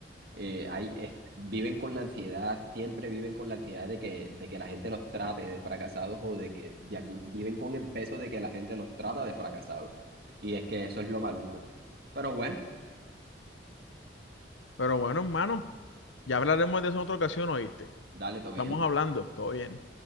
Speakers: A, on the right (about 55°); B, on the left (about 90°).
A: eh, hay, est- viven con la ansiedad, siempre viven con la ansiedad de que, de que la gente los trate de fracasados o de que de algún- viven con el peso de que la gente los trata de fracasados. Y es que eso es lo maluco. Pero bueno,
B: Pero bueno, hermano, ya hablaremos de eso en otra ocasión, ¿oíste?
A: dale, todo
B: Estamos
A: bien.
B: hablando, todo bien.